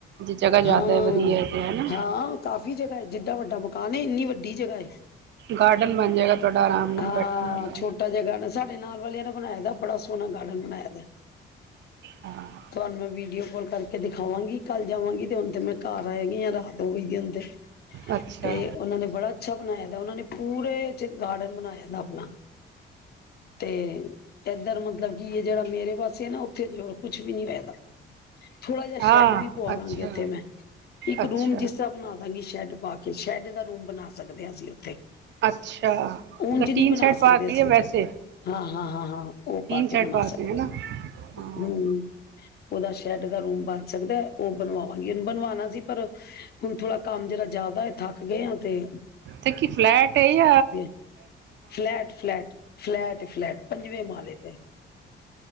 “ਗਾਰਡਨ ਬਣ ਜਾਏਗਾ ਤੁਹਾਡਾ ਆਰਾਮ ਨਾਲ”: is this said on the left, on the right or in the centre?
Right